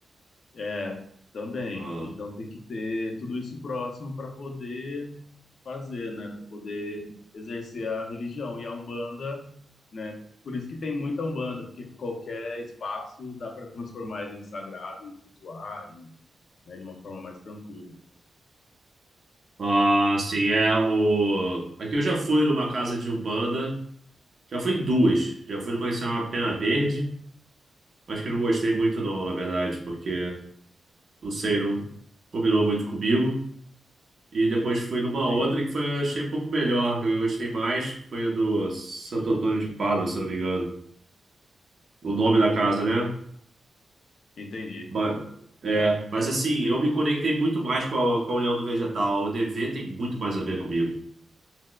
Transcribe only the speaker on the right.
Ah.
Ah, sim, é o. Aqui eu já fui numa casa de Umbanda. Já fui em duas. Já fui numa que se chama Pena Verde. Acho que eu não gostei muito, não, na verdade, porque não sei, não combinou muito comigo. E depois fui numa
outra que foi, eu achei um pouco melhor, que eu gostei mais, que foi a do Santo Antônio de Pádua, se eu não me engano. O nome da casa, né?
Ba- é,
mas assim, eu
me conectei muito mais com a, com a União do Vegetal. A UDV tem muito mais a ver comigo.